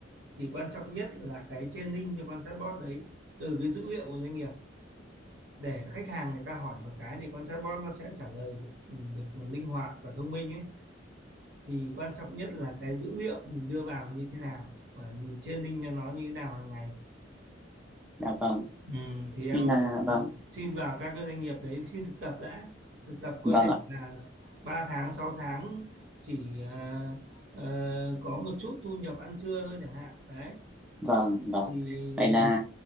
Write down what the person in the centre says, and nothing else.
dạ vâng.
Như là vâng,
vâng
ạ,
vâng, vâng.
Vậy là